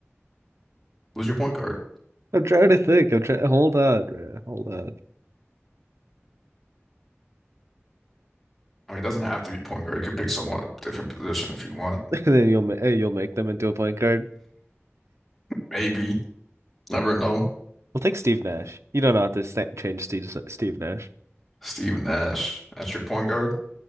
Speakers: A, in the centre; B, on the right.
A: Who's your point guard?
B: I'm trying to think. I'm trying. Hold on, bruh. hold on.
A: I mean, it doesn't have to be point guard. You could pick someone different position if you want.
B: <laughs> And then you'll ma- eh, you'll make them into a point guard.
A: <laughs> Maybe. Never know.
B: We'll take Steve Nash. You don't know how to sta- change Steve Steve Nash
A: Steve Nash. That's your point guard?